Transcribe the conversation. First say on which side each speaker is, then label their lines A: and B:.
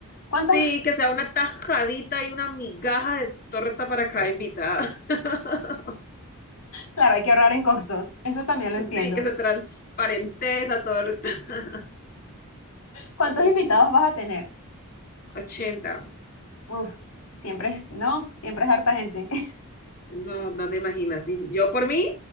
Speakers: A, on the left; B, on the left.
A: ¿Cuántas?
B: Sí, que sea una tajadita y una migaja de torta para cada invitada. <laughs>
A: Claro, hay que ahorrar en costos. Eso también lo
B: Sí,
A: entiendo.
B: que sea transparente esa torta. <laughs>
A: ¿Cuántos
B: Pero
A: invitados
B: sí,
A: vas a tener?
B: 80.
A: Uf, siempre es, no, siempre es harta gente. <laughs>
B: No, no te imaginas. Y yo por mí,